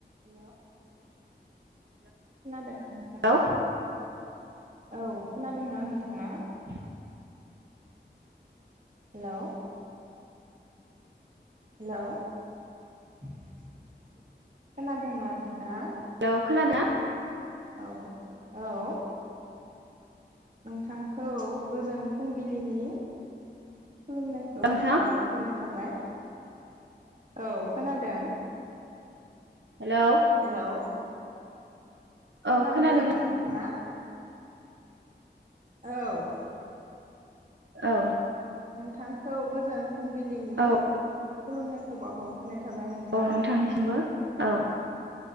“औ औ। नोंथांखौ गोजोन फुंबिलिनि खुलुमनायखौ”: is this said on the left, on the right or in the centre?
Right